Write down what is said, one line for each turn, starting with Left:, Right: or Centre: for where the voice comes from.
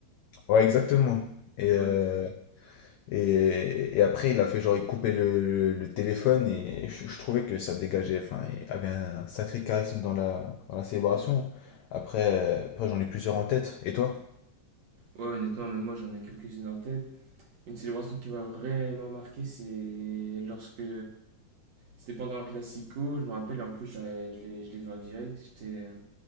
Left: Ouais, exactement. Et, euh,
Right: Ouais.
Left: et, et après, il a fait genre, il coupait le, le- le téléphone et je, je trouvais que ça dégageait. Enfin, il avait un sacré charisme dans la, dans la célébration. Après, euh, après j'en ai plusieurs en tête. Et toi?
Right: Ouais, honnêtement, mais moi j'en ai quelques-unes en tête. Une célébration qui m'a vraiment marqué, c'est lorsque. C'était pendant un classico, je me rappelle, en plus j'avais- je l'ai je l'ai vu en direct. J'étais euh,